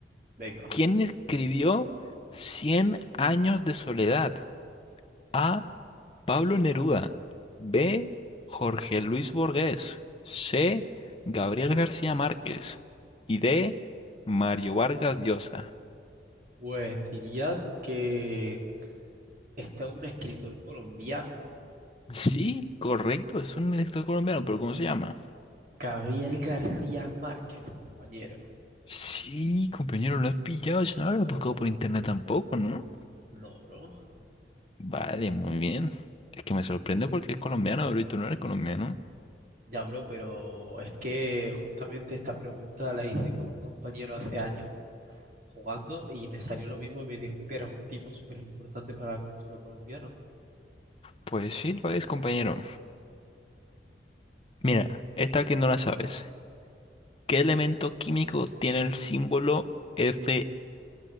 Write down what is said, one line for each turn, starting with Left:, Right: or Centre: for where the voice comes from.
Right: Venga.
Left: ¿Quién escribió Cien años de soledad? A. Pablo Neruda. B. Jorge Luis Borges. C. Gabriel García Márquez. Y D. Mario Vargas Llosa.
Right: Pues diría que está un escritor colombiano.
Left: Sí, correcto, es un elector colombiano, pero ¿cómo se llama?
Right: Gabriel García Márquez, compañero.
Left: Sí, compañero, lo has pillado, si no lo has buscado por internet tampoco, ¿no?
Right: No, bro.
Left: Vale, muy bien. Es que me sorprende porque es colombiano, bro, y tú no eres colombiano.
Right: Ya, bro, pero es que justamente esta pregunta la hice con un compañero hace años jugando y me salió lo mismo y me dijo que era un tipo súper importante para la cultura colombiana.
Left: Pues sí, lo es, compañero. Mira, esta que no la sabes. ¿Qué elemento químico tiene el símbolo FeA?